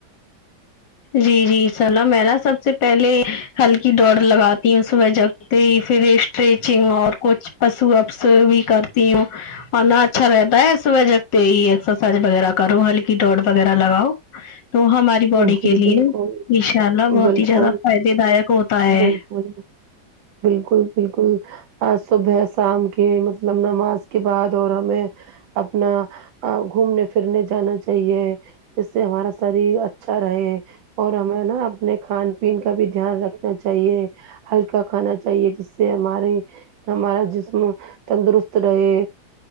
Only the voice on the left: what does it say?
جی جی انسا اللہ میں ناں سب سے پہلے ہلکی دوڑ لگاتی ہوں اس وجہ پھر اسٹریچنگ اور کچھ پشو اپس بھی کرتی ہوں اور ناں اچھا رہتا ہے صبح جگتے ہی ایکسرسائز وغیرہ کرو ہلکی دوڑ وغیرہ لگاؤ تو ہماری باڈی
کے لیے
ان شاء اللہ بہت
ہی زیادہ فائدے دائک ہوتا ہے